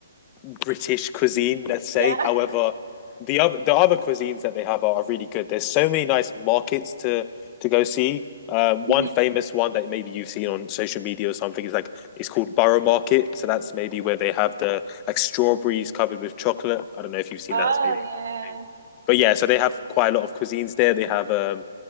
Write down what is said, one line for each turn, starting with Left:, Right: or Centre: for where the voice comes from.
Left: British cuisine, let's say.
Right: Yeah. <laughs>
Left: However, the other the other cuisines that they have are, are really good. There's so many nice markets to to go see. Um, one
Right: Mhm.
Left: famous one that maybe you've seen on social media or something is like it's called Borough Market. So that's maybe where they have the like strawberries covered with chocolate. I don't know if you've seen
Right: Oh
Left: that. It's maybe,
Right: yeah.
Left: but yeah. So they have quite a lot of cuisines there. They have um